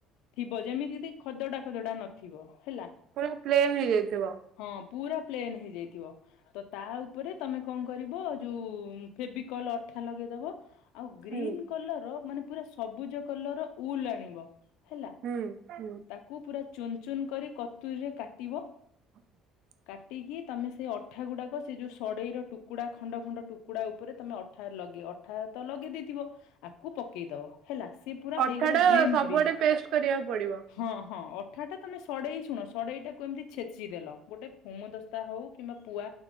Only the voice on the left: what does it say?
ଥିବ ଯେମିତି ଖଦଡା ଖଦଡା ନଥିବ ହେଲା।
ହଁ ପୁରା ପ୍ଲେନ୍ ହେଇଯାଇଥିବ ତ ତା ଉପରେ ତମେ କଣ କରିବ ଯୋଉ। ଫେବିକଲ ଅଠା ଲଗେଇ ଦବ ଆଉ ଗ୍ରୀନ୍
କଲର ମାନେ। ପୁରା ସବୁଜ କଲର ଉଲ ଆଣିବ ହେଲା
ତାକୁ ପୁରା ଚୁନ୍ ଚୁ ଚୁନ୍ କରି କତୁରୀରେ କାଟିବ।
କାଟିକି ତମେ ସେଇ ଅଠା ଗୁଡାକ ସେ ଯୋଉ ସଡେଇର ଟୁକୁଡା ଖଣ୍ଡ ଖଣ୍ଡ ଟୁ କୁକୁଡ଼ା ଉପରେ ତମେ ଅଠା ଲଗେଇ ଅଠାର ତ ଲଗେଇ ଦେଇେଇଥିବ ଆକୁ ପକେଇଦବ ହେଲା ସିଏ ପୁରା
ହେଇଗଲା
ଗ୍ରୀନ୍
ଗ୍ରୀନ୍
ହଁ ହଁ ଅଠା ଟା ତମେ ସଡେଇ ଶୁଣ ସଡେଇ ଟାକୁ ଏମିତି ଛେଚିଦେଲ ଗୋଟେ ହୋମ ଦ ଧସ୍ତା ହଉ କିମ୍ବା ପୁଆ